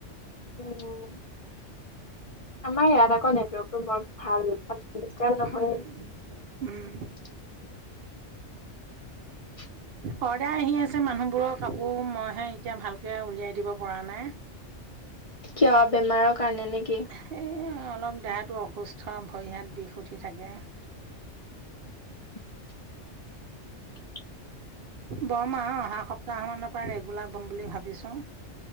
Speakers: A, on the left; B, on the right.
A: উম আমাৰ ইয়াত আকৌ নেটৱৰ্কটো বৰ ভাল ডিৰ্চটাব
B: উম
A: নহয়ে। <inaudible>
B: উম, অৰ্ডাৰ আহি আছে মানুহবোৰৰ কাপোৰ মইহে এতিয়া ভালকে উলিয়াই দিব পৰা নাই।
A: কিয় বেমাৰৰ কাৰণে নে নেকি?
B: সেই অলপ দেহাটো অসুস্থ ভৰি হাত বিষ উঠি থাকে।
A: <inaudible>
B: বম আও অহা সপ্তাহ মানৰ পৰা ৰেগুলাৰ বম বুলি ভাবিছো।